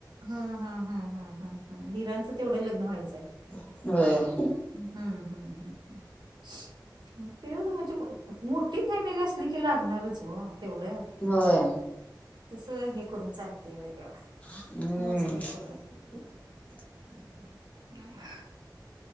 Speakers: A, on the right; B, on the left.
A: हं हं हं हं हं दिराचं तेवढं लग्न व्हायचं हाय?
B: होय.
A: हं हं हं हं. तेच म्हणजे ब मोठी फॅमिली असली की लागणारच ओ. तेवढं
B: होय
A: तसं हे करून चालतंय व्हय. तेव्हा
B: हम्म
A: मोजकं करून.
B: <inaudible>
A: ह <unintelligible>